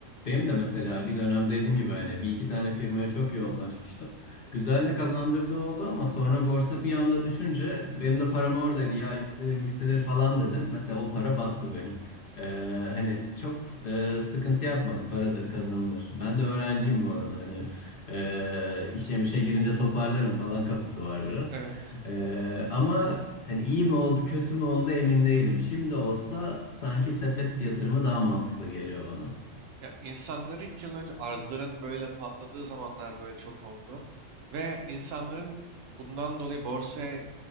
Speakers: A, on the left; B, on the right.
A: Benim de mesela bir dönem dediğim gibi hani bir iki tane firmaya çok yoğunlaşmıştım. Güzel de kazandırdığı oldu ama sonra borsa bir anda düşünce benim de param oradaydı
B: evet,
A: ya yükselir yükselir falan dedim. Mesela o para battı benim. Ee, hani çok e, sıkıntı yapmadım paradır kazanılır. Ben de öğrenciyim
B: evet,
A: bu arada hani e, işe mişe girince toparlarım falan kafası var biraz.
B: evet.
A: Ee, ama hani iyi mi oldu kötü mü oldu emin değilim. Şimdi olsa sanki sepet yatırımı daha mantıklı geliyor bana.
B: Ya insanları iki yıl önce arzların böyle patladığı zamanlar böyle çok oldu. Ve insanların bundan dolayı borsaya